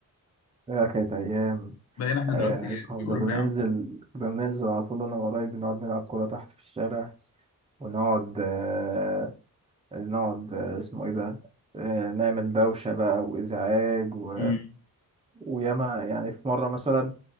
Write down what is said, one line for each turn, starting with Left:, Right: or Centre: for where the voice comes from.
Right: <laughs> ايه كانت ايام
Left: بقينا احنا
Right: آه
Left: دلوقتي إيه،
Right: كنا
Left: بيقولوا
Right: بننزل
Left: لنا يا عم
Right: كنا بننزل على طول انا وقرايبي نقعد نلعب كوره تحت في الشارع ونقعد آه نقعد آه اسمه ايه ده آه نعمل دوشه بقى وازعاج و...
Left: امم
Right: وياما يعني في مره مثلا